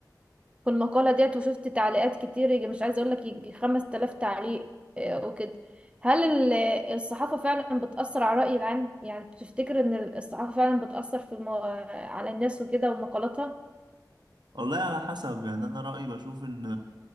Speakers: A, on the right; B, on the right.
A: في المقالة ديت وشفت تعليقات كتير يجي- مش عايزة اقولك يجي 5000 تعليق آه، وكده هل ال- الصحافة فعلا بتأثر على الرأي العام يعني تفتكر ان الصحافة فعلا بتأثر في المو... على الناس وكده ومقالاتها
B: والله على حسب يعني انا رأيي بشوف ان